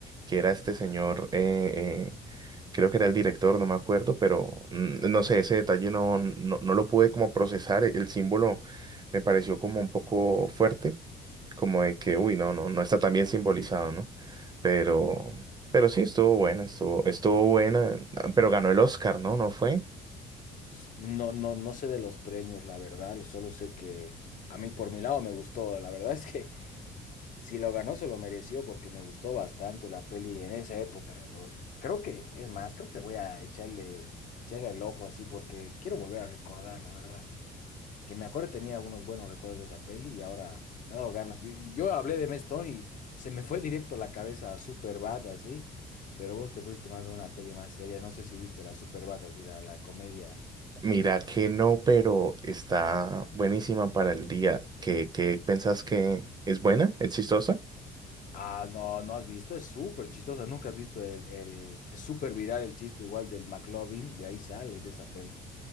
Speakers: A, on the right; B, on the left.
A: que era este señor, eh, eh, creo que era el director, no me acuerdo, pero mm, no sé, ese detalle no, no, no lo pude como procesar. El símbolo me pareció como un poco fuerte, como de que, uy, no, no, no está tan bien simbolizado, ¿no? Pero, pero sí, estuvo buena, estuvo, estuvo buena, pero ganó el Oscar, ¿no? ¿No fue?
B: S- No, no, no sé de los premios, la verdad, solo sé que a mí por mi lado me gustó, la verdad es que <laughs> si lo ganó se lo mereció porque me gustó bastante la peli en esa época. Yo Creo que, es más, creo que voy a echarle, echarle el ojo así porque quiero volver a recordar, la verdad. que me acuerdo tenía unos buenos recuerdos de esa peli y ahora me ha dado ganas. Yo, yo hablé de Matt Stone y se me fue directo la cabeza a Superbad, así, pero vos te fuiste más a una peli más seria. No sé si viste la Superbad, así, la, la comedia.
A: Mira que no, pero está buenísima para el día. ¿Qué, qué pensás que es buena? ¿Es chistosa?
B: Ah, no, no has visto, es súper chistosa. Nunca has visto el, el es súper viral el chiste igual del McLovin, de ahí sale, de esa peli.